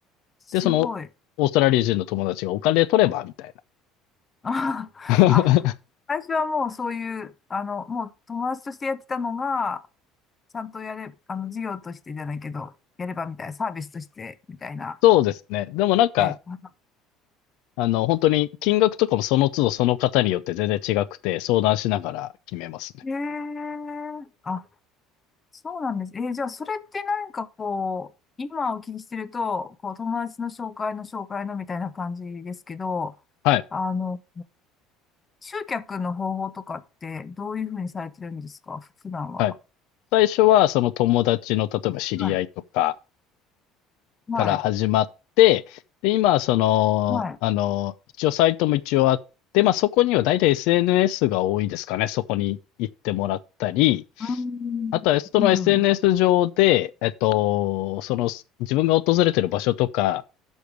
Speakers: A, on the left (about 20°); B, on the left (about 70°).
A: すごい。
B: で、その、オーストラリア人の友達がお金取ればみたいな。
A: <laughs> あ、
B: <laughs>
A: あ、最初はもうそういう、あの、もう友達としてやってたのが、ちゃんとやれ、あの、授業としてじゃないけど、やればみたいな、サービスとしてみたいな。
B: そうですね。でもなんか、
A: ね。
B: あの、本当に金額とかもその都度その方によって全然違くて、相談しながら決めますね。
A: ええあ、そうなんです。えーじゃあ、それってなんかこう、今お聞きしてると、こう、友達の紹介の紹介のみたいな感じですけど、
B: はい。
A: あの、集客の方法とかってどういうふうにされてるんですかふ普段は。
B: はい。最初はその友達の、例えば知り合いとか、
A: はい。はい。
B: から始まって、で、今はその、
A: はい。
B: あの、一応サイトも一応あって、まあ、そこには大体 SNS が多いですかね。そこに行ってもらったり、
A: うーん。
B: あとはその
A: うん。
B: SNS 上で、えっと、その自分が訪れてる場所とか、